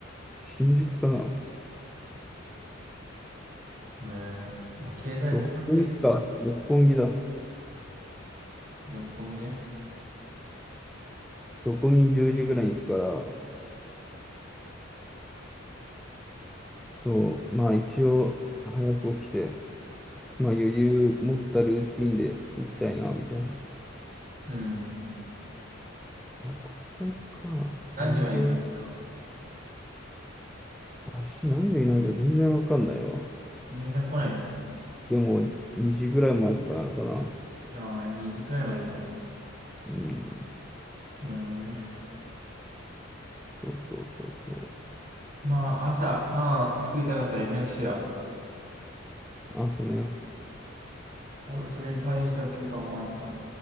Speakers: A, in the centre; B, on the right.
A: 新宿かな。
B: えー、まあ、経済フォーラム的な
A: 六本木か。六本木だ。
B: 六本木ね。
A: そこに10時ぐらいに行くから、そう、まあ一応早く起きて、まあ余裕持ったルーティンで行きたいな、みたいな。
B: うん。
A: あ、ここか。
B: 何時まで行くのそれは。
A: なるほど。明日何時になるか全然わかんないわ。
B: 連絡来ないの
A: でも2時ぐらい前とかなのかな。
B: ああー、2時くらいまで行くの。
A: うん。
B: なるほどね。
A: そうそうそうそう。
B: まあ、朝、パン作りたかったら連絡してよ。
A: 朝ね。
B: 俺、それに対応して起きるかも、ワンちゃん。